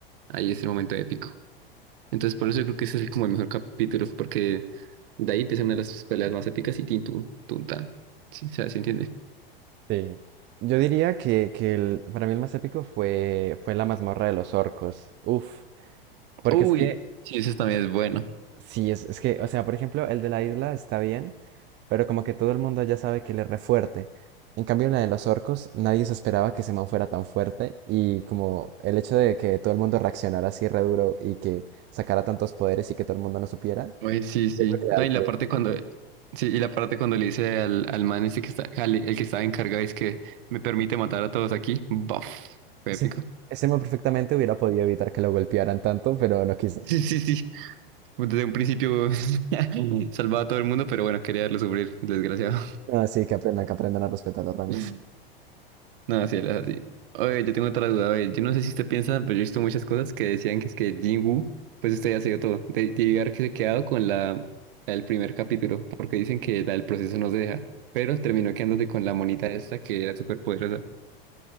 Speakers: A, on the right; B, on the right.
A: Ahí es el momento épico. Entonces por eso yo creo que ese es el- como el mejor capítulo, porque de ahí empiezan una de las peleas más épicas y tin, tun, tun, tan. Sí, o sea, ¿sí entiende?
B: Sí. Yo diría que, que el- para mí el más épico fue, fue la mazmorra de los orcos. Uf. Porque
A: Uy,
B: es que,
A: sí, eso también es bueno.
B: sí, es, es que, o sea, por ejemplo, el de la isla está bien, pero como que todo el mundo ya sabe que él es re fuerte. En cambio, la de los orcos, nadie se esperaba que ese man fuera tan fuerte. Y como el hecho de que todo el mundo reaccionara así re duro y que sacara tantos poderes y que todo el mundo no supiera,
A: Uy, sí, sí.
B: yo creo que le
A: No,
B: da el
A: y la
B: plus.
A: parte cuando... Sí, y la parte cuando le dice al, al man ese que está, al- el que estaba encargado, es que me permite matar a todos aquí. Buff. Fue
B: Ese,
A: épico. <laughs>
B: ese man perfectamente hubiera podido evitar que lo golpearan tanto, pero no quiso.
A: Sí, sí, sí. Pues, Desde un principio <laughs> salvaba a todo el mundo, pero bueno, quería verlo sufrir, el desgraciado.
B: Ah, sí, que aprendan, que aprendan a respetar los rangos.
A: <laughs> No, así es así. Oye, yo tengo otra duda, oye, yo no sé si usted piensa, pero yo he visto muchas cosas que decían que es que Jinwoo, pues usted ya se dio todo. De, de haber que se quedado con la, la del primer capítulo, porque dicen que la del proceso no se deja, pero terminó quedándose con la monita esta que era súper poderosa.